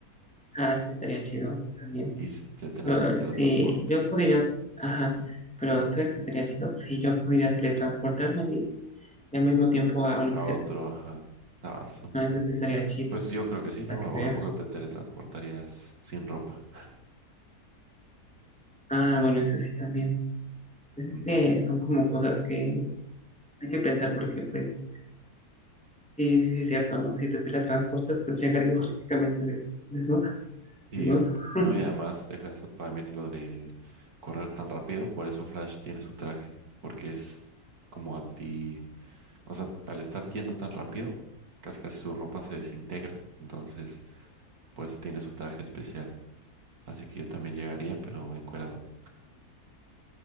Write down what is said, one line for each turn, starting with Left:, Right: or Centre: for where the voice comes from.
Centre: Ah, sí, estaría chido también.
Right: y s- te telas-
Centre: Pero,
Right: te
Centre: eh,
Right: teletransporte
Centre: si yo pudiera, ajá, pero ¿sabes qué sería chido? Si yo pudiera teletransportarme a mí y al mismo tiempo a un objeto.
Right: a otro, ajá. Ah, su-
Centre: Ah, Eso sí estaría chido,
Right: Pues yo creo que sí, ¿no?
Centre: para que veas.
Right: ¿A poco te teletransportarías sin ropa?
Centre: Ah, bueno, eso sí también. Pues es
Right: Mm.
Centre: que son como cosas que hay que pensar porque, pues, sí, sí, sí, cierto, ¿no? Si te teletransportas, pues llegarías prácticamente des, desnuda, desnudo.
Right: Y
Centre: <laughs>
Right: no, y además deja eso también lo del correr tan rápido, por eso Flash tiene su traje, porque es como anti O sea, al estar yendo tan rápido, casi casi su ropa se desintegra. Entonces, por eso tiene su traje especial. Así que yo también llegaría, pero encuerado.